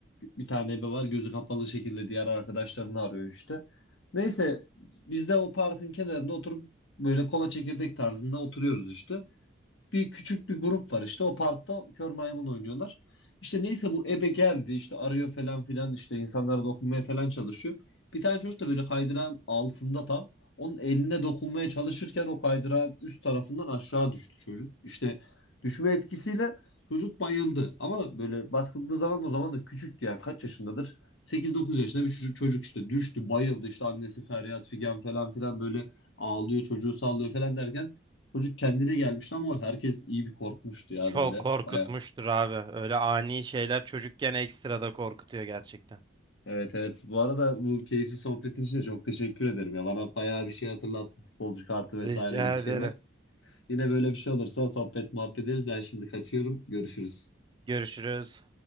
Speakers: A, on the left; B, on the right.
A: Bir tane ebe var gözü kapalı şekilde diğer arkadaşlarını arıyor işte. Neyse biz de o parkın kenarında oturup böyle kola çekirdek tarzında oturuyoruz işte bir küçük bir grup var işte o parkta kör maymun oynuyorlar. İşte neyse bu ebe geldi işte arıyor falan filan işte insanlara dokunmaya falan çalışıyor. Bir tane çocuk da böyle kaydırağın altında tam onun eline dokunmaya çalışırken o kaydırağın üst tarafından aşağı düştü çocuk. İşte düşme etkisiyle çocuk bayıldı ama böyle bakıldığı zaman o zaman da küçüktü yani kaç yaşındadır? sekiz dokuz yaşında bir çocuk, çocuk işte düştü bayıldı işte annesi feryat figan falan filan böyle ağlıyor çocuğu sallıyor falan derken Çocuk kendine gelmişti ama herkes iyi bir korkmuştu ya
B: Çok
A: böyle.
B: korkutmuştur
A: Baya.
B: abi. Öyle ani şeyler çocukken ekstra da korkutuyor gerçekten.
A: Evet evet. Bu arada bu keyifli sohbetin için de çok teşekkür ederim ya. Bana bayağı bir şey hatırlattın. Futbolcu kartı vesaire
B: Rica
A: gibi
B: ederim.
A: şeyler. Yine böyle bir şey olursa sohbet muhabbet ederiz. Ben şimdi kaçıyorum. Görüşürüz.
B: Görüşürüz.